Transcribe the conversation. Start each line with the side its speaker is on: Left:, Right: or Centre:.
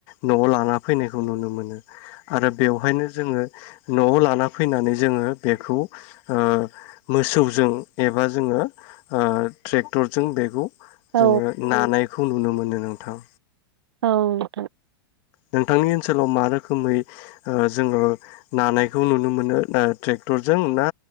Left: न'आव लाना फैनायखौ नुनो मोनो। आरो बेवहायनो जोङो न'आव लाना फैनानै जोङो बेखौ ओ मोसौजों एबा जोङो ओ ट्रेक्टरजों बेखौ
Right: औ
Left: जोङो नानायखौ नुनो मोनो। नोंथां
Right: औ नोंथां
Left: नोंथांनि ओनसोलाव मा रोखोमै ओ जोङो नानायखौ नुनो मोनो ना ट्रेक्टरजों ना